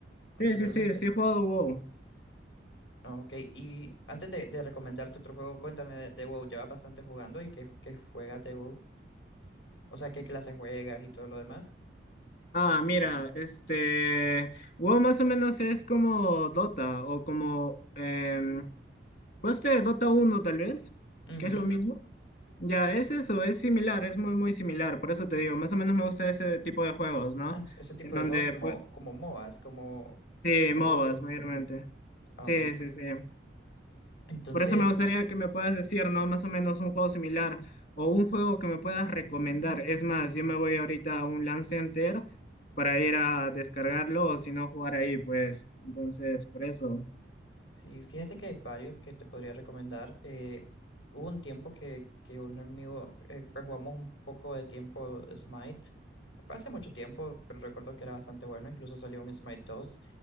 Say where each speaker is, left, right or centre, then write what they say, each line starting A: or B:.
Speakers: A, on the left; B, on the left.
A: anteriormente.
B: Sí, sí, sí, sí he jugado WoW.
A: Ah, Ok, y antes de, de recomendarte otro juego, cuéntame de, de WoW. ¿Llevas bastante jugando y qué, ju- qué juegas de WoW? O sea, qué clase juegas y todo lo demás.
B: Ah, mira, este, WoW más o menos es como Dota o como, eh, de Dota uno tal vez?
A: Ujú.
B: que es lo mismo? Ya, es eso, es similar, es muy, muy similar, por eso te digo, más o menos me gusta ese tipo de juegos, ¿no?
A: Ah, ese tipo
B: En
A: de
B: donde,
A: juegos como,
B: pues,
A: como MOBAs, como,
B: sí,
A: como
B: MOBAs
A: juegos de...
B: mayormente.
A: ujú. Ah,
B: Sí,
A: Ok.
B: sí, sí.
A: Entonces,
B: Por eso me gustaría que me puedas decir, ¿no? Más o menos un juego similar o un juego que me puedas recomendar. Es más, yo me voy ahorita a un Lance Center para ir a descargarlo o si no jugar ahí, pues. Entonces, por eso.
A: sí, fíjate que hay varios que te podría recomendar. Eh, hubo un tiempo que, que un amigo, eh, que jugamos un poco de tiempo Smite. Fue hace mucho tiempo, pero recuerdo que era bastante bueno. Incluso salió un Smite dos.